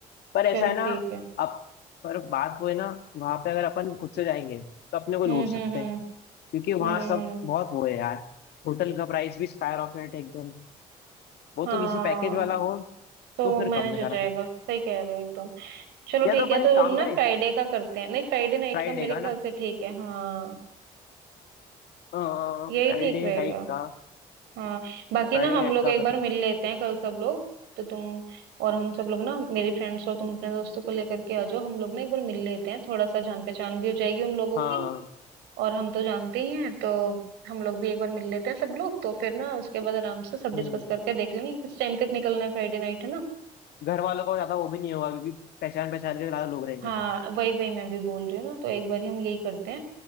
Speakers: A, on the left; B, on the right.
A: पर
B: चलो
A: ऐसा है ना
B: ठीक है
A: अब पर बात वो है ना वहां पे अगर अपन खुद से जाएंगे तो अपने को
B: हम्म
A: लूट सकते
B: हम्म हम्म
A: हैं क्योंकि वहां
B: हम्म,
A: सब बहुत वो है यार होटल का प्राइस भी स्काई रॉकेट है एकदम वो
B: हाँ
A: तो किसी पैकेज वाला हो
B: तो
A: तो
B: वो
A: फिर
B: मैनेज
A: कम में
B: हो
A: करा
B: जाएगा
A: सकते
B: सही कह रहे हो एकदम चलो ठीक
A: या तो अपन
B: है तो
A: एक काम
B: हम ना
A: करें
B: फ्राइडे का करते हैं नहीं फ्राइडे नाइट
A: फ्राइडे
B: का मेरे
A: का
B: ख्याल
A: ना
B: से ठीक है हाँ
A: फ्राइडे
B: यही ठीक रहेगा
A: नाइट का
B: हाँ बाकी
A: फ्राइडे
B: ना हम
A: नाइट
B: लोग
A: का
B: एक
A: कर
B: बार
A: सकते
B: मिल लेते हैं कल सब लोग तो तुम और हम सब लोग ना मेरे फ्रेंड्स और तुम अपने दोस्तों को लेकर के आ जाओ हम लोग ना एक बार मिल लेते हैं थोड़ा सा जान पहचान भी हो जाएगी उन लोगों
A: हाँ
B: की और हम तो जानते ही हैं तो हम लोग भी एक बार मिल लेते हैं सब लोग तो फिर ना उसके बाद आराम से सब
A: हम्म
B: डिस्कस करके देख लेंगे किस टाइम तक निकलना है फ्राइडे नाइट है ना
A: घर वालों का ज्यादा वो भी नहीं होगा क्योंकि पहचान पहचान के ज्यादा लोग रहेंगे
B: हाँ
A: तो
B: वही वही मैं भी बोल रही हूँ ना तो एक बार हम यही करते हैं